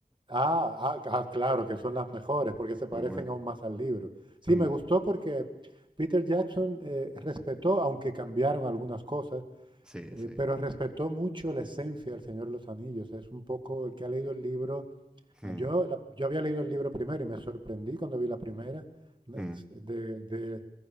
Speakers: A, on the right; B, in the centre.
A: Ah, ah, ah, claro, que son las mejores, porque se parecen
B: Hombre.
A: aún más al libro. Sí,
B: Mm,
A: me gustó porque Peter Jackson eh, respetó, aunque cambiaron algunas cosas,
B: Sí,
A: Eh,
B: sí.
A: pero respetó mucho la esencia del Señor de los Anillos. Es un poco el que ha leído el libro.
B: Mm,
A: ah, Yo, la- yo había leído el libro primero y me sorprendí cuando vi la primera, de,
B: mm,
A: de- de-